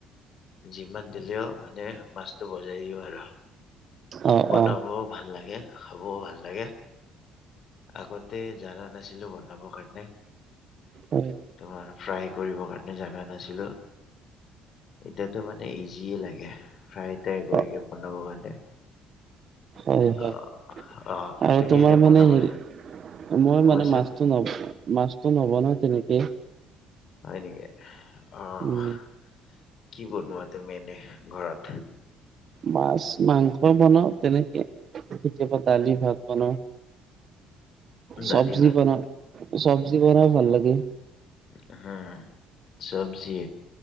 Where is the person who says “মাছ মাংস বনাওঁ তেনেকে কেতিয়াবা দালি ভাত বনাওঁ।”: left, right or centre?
Right